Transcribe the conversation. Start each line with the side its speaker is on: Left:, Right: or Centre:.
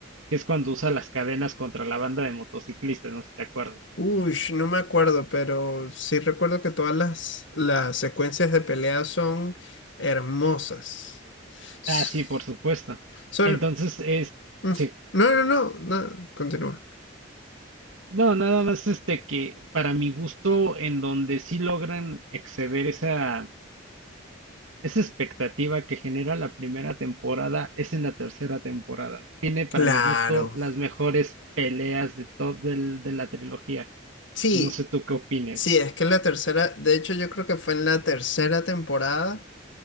Right: que es cuando usa las cadenas contra la banda de motociclistas, no sé si te acuerdas.
Left: Uy, no me acuerdo, pero sí recuerdo que todas las, las secuencias de pelea son hermosas. S-
Right: Ah, sí, por supuesto.
Left: Son...
Right: Entonces, es,
Left: mm,
Right: sí,
Left: No, no, no, no, continúa.
Right: no, nada más este que para mi gusto, en donde sí logran exceder esa Esa expectativa que genera la primera temporada es en la tercera temporada. Tiene para
Left: Claro.
Right: mi gusto las mejores peleas de todo de la trilogía.
Left: Sí,
Right: No sé tú qué opines.
Left: sí, es que en la tercera, de hecho yo creo que fue en la tercera temporada